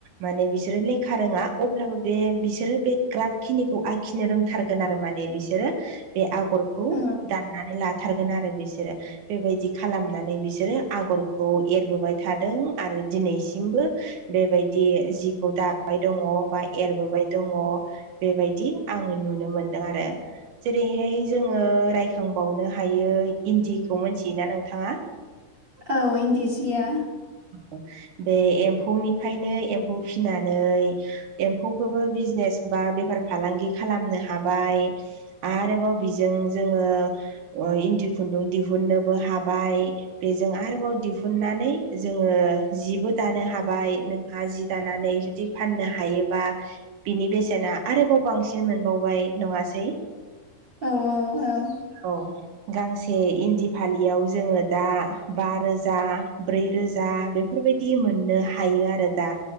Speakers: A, on the right (about 65°); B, on the right (about 50°).
A: माने बिसोरो लेखा रोङा अब्लाबो बे बिसोरो बे ग्राफ खिनिखौ आखिनो रोंथारगोन आरो माने बिसोरो बे आ गरखौ
B: औ
A: दाननानै लाथारगोन आरो बिसोरो बेबायदि खालामनानै बिसोरो आगरखौ एरबोबाय थादों आरो दिनैसिमबो बेबायदि जिखौ दाबाय दङ बा एरबोबाय दङ बेबायदि आङो नुनो मोनदों आरो। जेरैहाय जोङो रायखांबावनो हायो इन्दि खौ मोनथियोना नोंथाङा?
B: औ इन्दि जिया
A: औ बे एम्फौनिफ्रायनो एम्फौ फिनानै एम्फौखोबो बिजनेस बा बेफार फालांगि खालामनो हाबाय आरोबाव बिजों जोङो ओ इन्दि खुन्दुं दिहुननोबो हाबाय बेजों आरोबाव दिहुननानै जोङो जिबो दानो हाबाय नोंहा जि दानानै जुदि फाननो हायोबा बिनि बेसेना आरोबाव बांसिन मोनबावबाय नङासै?
B: औ औ औ
A: औ गांसे इन दि फालियाव जोङो दा बा रोजा ब्रै रोजा बेफोरबायदि मोननो हायो आरो दा